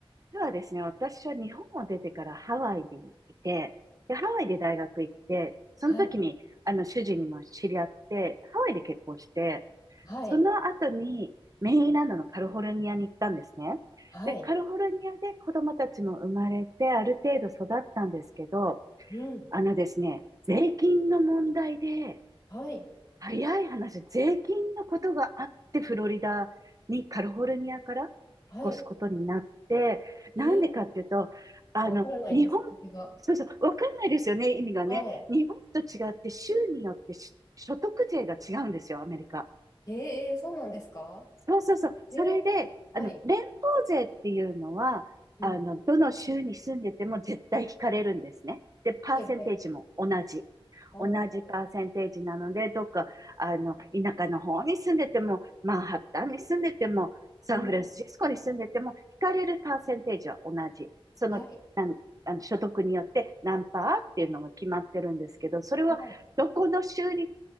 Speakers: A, on the right; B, on the left.
A: ではですね、私は日本を出てからハワイにいて、で、ハワイで大学行って、その時に、
B: はい。
A: あの、主人にも知り合って、ハワイで結婚して、
B: はい。
A: その後にメインランドのカリフォルニアに行ったんですね。
B: はい。
A: で、カリフォルニアで子供たちも生まれて、ある程度育ったんですけど、
B: うん。
A: あのですね、税金の問題で、
B: はい。
A: 早い話、税金のことがあって、フロリダに、カリフォルニアから引っ
B: はい。
A: 越すことになって、
B: えー、
A: なんでかっていうと、あの、
B: わからないです、
A: 日本、
B: 理由が。
A: そうそう、わかんないですよね、意味がね。
B: は
A: 日本と違って、州によってし所得税が違うんですよ、アメリカ。
B: い。えー、そうなんですか
A: そうそうそう。
B: えー、
A: それで、
B: はい。
A: あの、連邦税っていうのは、
B: うん。
A: あの、どの州に住んでても絶対引かれるんですね。で、パーセンテージも同じ。
B: はい、はい。おー、
A: 同じパーセンテージなので、どっか、あの、田舎の方に住んでても、マンハッタンに住んでても、サンフランシスコに住んでても、
B: うん。
A: 引かれるパーセンテージは同じ。その、
B: はい。
A: なんあの所得によって何パーっていうのが決まってるんですけど、それはどこの州に
B: はい。